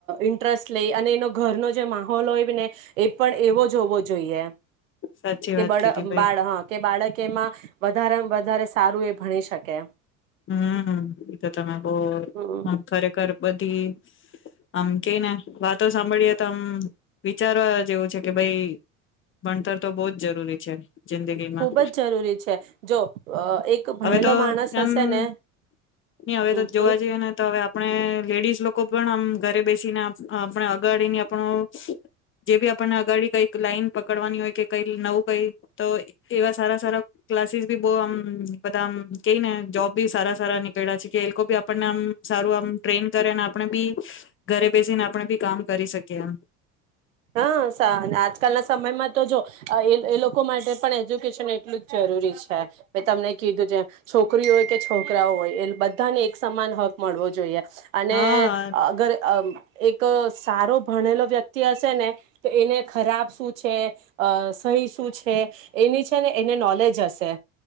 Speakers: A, on the right; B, on the left.
A: ઇન્ટરેસ્ટ લઈ અને એનો ઘરનો જે માહોલ હોય ને એ પણ એવો જો હોવો જોઈએ.
B: સાચી
A: કે
B: વાત
A: બળ
B: કીધી. ભાઈ
A: બાળ હા કે બાળક કેમાં વધારેમાં વધારે સારું એ ભણી શકે.
B: હમ્મ તો તમે બમ
A: હમ
B: ખરેખર બધી આમ કેઈ ને વાતો સાંભળીએ તો આમ વિચારવા જેવું છે કે ભાઈ ભણતર તો બહુ જ જરૂરી છે. જિંદગીમાં
A: ખૂબ જ જરૂરી છે જો એક ભણેલો
B: હવે તો
A: માણસ
B: એમ
A: હશે ને
B: હવે
A: હમ
B: તો જોવા
A: હમ
B: જઈએ ને તો હવે આપણે લેડીઝ લોકો પણ આમ ઘરે બેસીને આપણે અગાડીને આપણો જે બી આપણને અગાડી કઈક લાઈન પકડવાની હોય કે કઈ નવું કઈ તો એવા સારા સારા ક્લાસીસ બી બહ આમ બધા આમ કઈ ને જોબ બી સારા સારા નિકયડા છે, કે એ લોકો બી આપણને આમ સારું આમ ટ્રેઈન કરેને આપણે બી ઘરે બેસીને આપણે બી કામ કરી શકીએ એમ
A: હા સા આજકાલના સમયમાં તો જો એ એ લોકો માટે પણ એજ્યુકેશન એટલું જ જરૂરી છે. મે તમને કીધું તેમ છોકરી હોય કે છોકરાઓ હોય એ બધાને એક સમાન હક મળવો જોઈએ. અને
B: હા
A: અગર અ એક તો સારો ભણેલો વ્યક્તિ હસ તો એને ખરાબ શું છે અ સહી શું છે, એની છે ને એને નોલેજ અસે.